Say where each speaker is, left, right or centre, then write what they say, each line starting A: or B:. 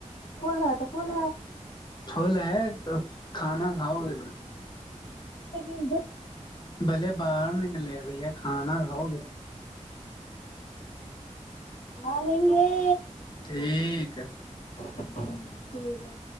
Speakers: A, on the left (about 80°); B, on the left (about 35°).
A: فل ہے تو فل
B: فل ہے تو کھانا کھاؤ گے تم
A: <unintelligible>
B: بلے باہر نکلے بھیا کھانا کھاؤ گے
A: کھالیں گے
B: ٹھیک ہے
A: ہ ٹھیک ہے